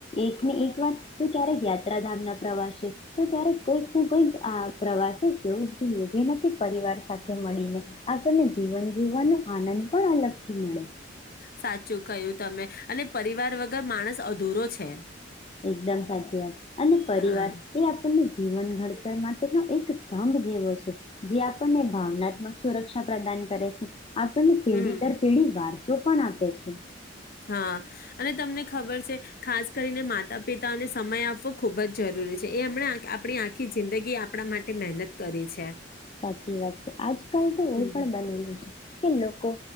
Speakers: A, on the left; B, on the left.
A: એકને એક વાર તો ક્યારેક યાત્રાધામ ના પ્રવાસે, તો ક્યારેક કોઈક ને કોઈક આ પ્રવાસેવું જ જોઈએ જેનાથી પરિવાર સાથે મળીને આપણને જીવન જીવવાનો આનંદ પણ અલગથી મળે.
B: સાચું કયું તમે, અને પરિવાર વગર માણસ અધૂરો છે.
A: એકદમ સાચી વાત અને પરિવાર
B: હા
A: એ આપણને જીવન ઘડતર માટેનો એક સ્તંભ જેવો છે, જે આપણને ભાવનાત્મક સુરક્ષા પ્રદાન કરે છે. આપણને પેઢી
B: હમ
A: દર પેઢી વાર શું પણ આપે છે.
B: હા અને તમને ખબર છે ખાસ કરીને માતા પિતાને સમય આપવો ખૂબ જ જરૂરી છે, એ એમણે આપણી આખી જિંદગી આપણા માટે મહેનત કરી છે.
A: સાચી વાત છે, આજકાલ તો એવું
B: હમ
A: પણ બનેલું છે કે લોકો